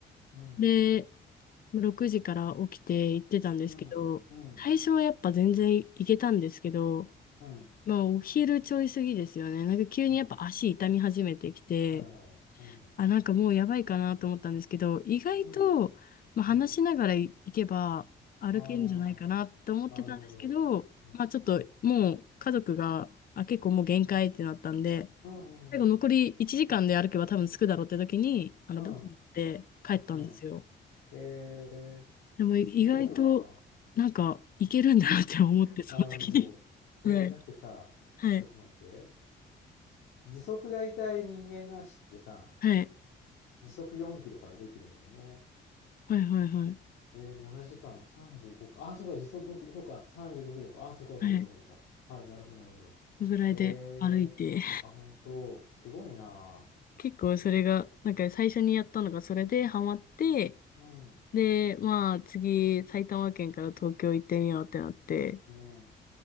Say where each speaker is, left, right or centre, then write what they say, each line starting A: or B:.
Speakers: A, on the left; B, on the left.
A: うん。
B: で、6時から起きて行ってたんですけど、
A: うん。うん。
B: 最初はやっぱ全然行けたんですけど、
A: うん。
B: まあお昼ちょい過ぎですよね。なんか急にやっぱ足痛み始めてきて、
A: うんあららら。うん。
B: あ、なんかもうやばいかなと思ったんですけど、意外と、
A: うん。
B: まあ、話しながら行けば歩けるんじゃないかなと思ってたんですけど、
A: うん。ああ、なるほど。うん。
B: まあちょっともう家族が、あ、結構もう限界ってなったんで、
A: うん。
B: 最後残り1時間で歩けば多分着くだろうって時に、
A: うん。
B: あのバスに行って帰ったんですよ。
A: うん。うんへえ。
B: でも意外となんかいけるんだなって思って、
A: すごいな。
B: その時に。
A: なるほど。え、
B: はい。
A: だってさ、
B: はい。
A: ちょっと待って。時速大体人間の足ってさ、
B: はい。
A: 時速4キロから5キロだよね。
B: はい。はい。はい。
A: え、7時間35か。あ、そうか、時速5キロ、そうか、35キロか。あ、そうか、そうか、
B: はい。
A: そうか、そうか。はい、なるほど、なるほど。
B: そのぐらいで歩いて。
A: えー、あ、本当、すごいな。
B: 結構それが、なんか最初にやったのがそれでハマって、
A: うん。
B: で、まあ次埼玉県から東京行ってみようってなって。
A: ね